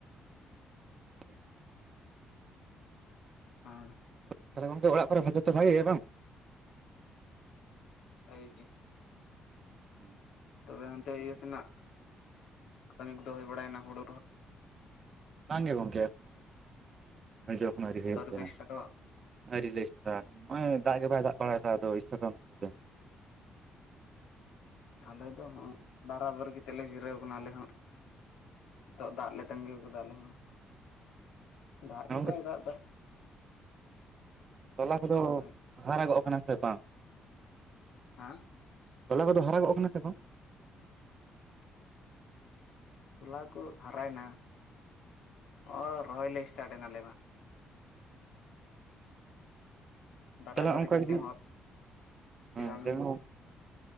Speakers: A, on the right; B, on the left.
A: <inaudible>
B: ᱦᱚᱸ
A: ᱛᱟᱦᱚᱞᱮ ᱜᱚᱝᱠᱮ ᱚᱲᱟᱜ ᱠᱚ ᱵᱷᱟᱜᱮᱚᱛ ᱵᱷᱤᱮᱭᱟ ᱵᱟᱝ?
B: ᱦᱟᱹᱜᱤ ᱜᱤ
A: ᱦᱮᱸ
B: ᱛᱚᱵᱮ ᱦᱟᱱᱛᱮ ᱤᱭᱟᱹ ᱥᱮᱱᱟᱜ, ᱠᱟᱹᱢᱤ ᱠᱚᱼᱫᱚ ᱦᱩᱭ ᱵᱟᱲᱟᱭᱱᱟ ᱦᱩᱲᱩ ᱨᱚᱦᱚ
A: ᱵᱟᱝ ᱜᱮ ᱜᱚᱝᱠᱮ <unintelligible> ᱮᱠᱷᱚᱱᱳ ᱟᱹᱣᱨᱤ ᱦᱩᱭᱩᱜ ᱜᱮᱭᱟ᱾
B: ᱯᱮ ᱥᱴᱟᱴᱚᱜ-ᱟ
A: ᱟᱹᱣᱨᱤ ᱞᱮ ᱮᱴᱟ, ᱱᱚᱜ-ᱚᱭ ᱫᱟᱜ ᱜᱮ ᱵᱟᱭ ᱫᱟᱜ ᱵᱟᱲᱟᱭᱮᱫᱟ᱾ ᱪᱤᱠᱟᱹᱛᱮ
B: ᱟᱞᱮ ᱫᱚ ᱵᱟᱨᱟᱵᱟᱹᱨᱤ ᱠᱟᱛᱮᱜ ᱞᱮ ᱡᱤᱨᱟᱹᱣ ᱟᱠᱟᱱᱟ ᱟᱞᱮ ᱦᱚᱸ᱾ ᱛᱚᱜ ᱫᱟᱜ ᱞᱮ ᱛᱟᱸᱜᱤᱩ ᱠᱟᱫᱟ ᱟᱞᱮ ᱦᱚᱸ᱾ ᱫᱟᱜ
A: ᱜᱚᱝᱠᱮ
B: ᱜᱤ ᱵᱟᱭ ᱫᱟᱜ ᱫᱟ?
A: ᱛᱚᱞᱟ ᱠᱚᱼᱫᱚ
B: ᱨᱚᱦᱚᱭ
A: ᱦᱟᱨᱟ-ᱜᱚᱜ ᱠᱟᱱᱟ ᱥᱮ ᱵᱟᱝ?
B: ᱦᱮᱸ
A: ᱛᱚᱞᱟ ᱠᱚᱼᱫᱚ ᱦᱟᱨᱟᱜᱚᱜ ᱠᱟᱱᱟ ᱥᱮ ᱵᱟᱝ?
B: ᱛᱚᱞᱟ ᱠᱚ ᱦᱟᱨᱟᱭᱮᱱᱟ᱾ ᱚᱸ ᱨᱚᱦᱚᱭ ᱞᱮ ᱤᱥᱴᱟᱴ ᱮᱱᱟᱞᱮ ᱦᱟᱸᱜ ᱵᱟᱨᱟᱵᱟᱨᱤ
A: ᱛᱟᱦᱞᱮ ᱚᱝᱠᱟ
B: ᱠᱟᱛᱮ
A: ᱡᱩᱫᱤ
B: ᱦᱚᱸ
A: ᱾ ᱦᱩᱸ
B: ᱪᱮ ᱵᱟᱝ
A: ᱞᱟᱹᱭ ᱢᱮ